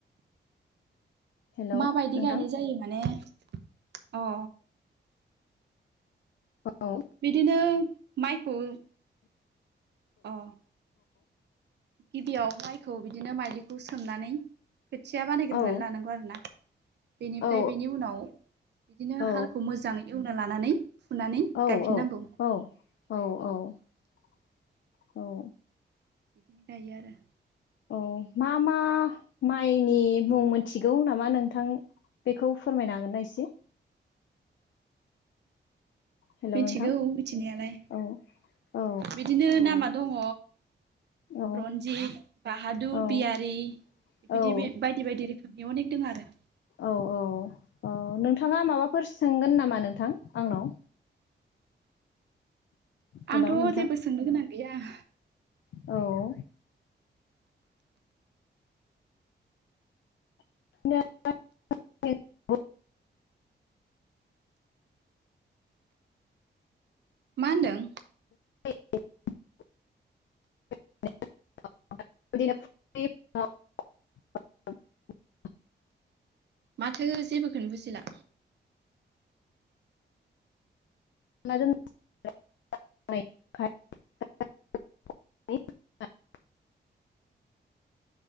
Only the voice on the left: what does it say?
हेलौ
नोंथां
औ
औ
औ
औ
औ
औ-औ-औ-औ-औ
औ मा मा माइनि मुं मोनथिगौ नामा नोंथां बेखौ फोरमायनो हागोना एसे हेलौ
नोंथां
औ औ
औ
औ
औ
औ औ-औ नोंथाङा माबाफोर सोंगोन नामा नोंथां आंनाव हेलौ
नोंथां
औ आ
<unintelligible> <unintelligible>
<unintelligible> <unintelligible>